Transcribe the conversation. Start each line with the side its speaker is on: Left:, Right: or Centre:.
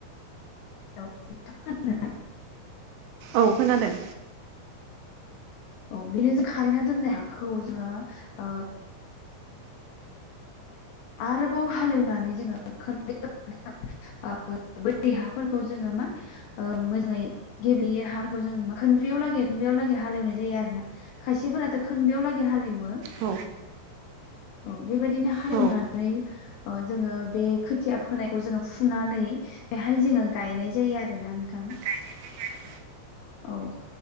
Left: औ <unintelligible>
Right: औ खोनादों।
Left: औ बेनो जों खारैना दोननाय हाखौ जोङो ओ आरोबाव हालेवनानै जोङो <unintelligible> <unintelligible> हाफोरखौ जोङो मा? ओ मोजाङै गेबेयै हारखौ जों मा खोनब्रैयाव लागै खुब्रियाव लागै हालेवनाय जायो आरो ना? खायसेफोराथ' खोनबयावलागै हालेवो
Right: औ
Left: औ बेबायदिनो हालेवनानै
Right: औ
Left: जोङो बे खोथिया फोनायखौ जोङो फुनानै बेहाय जोङो गायनाय जायो आरोना नोंथां?
Right: <inaudible>
Left: औ